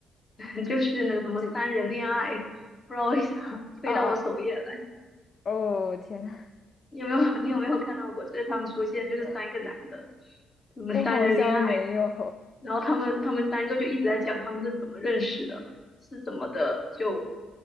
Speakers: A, on the left; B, on the left.
A: <laughs> 就是那个什么三人恋爱，
B: 这
A: 不知道为啥推到我首页来。
B: 啊啊！哦天呐，
A: 你有没有你有没有看到过？就是他们出现，就是三个男的，
B: <laughs>
A: 什么三人恋爱。
B: 我好像没有，
A: 然后他们他们三个就一直在讲他们是怎么认识的，是怎么的就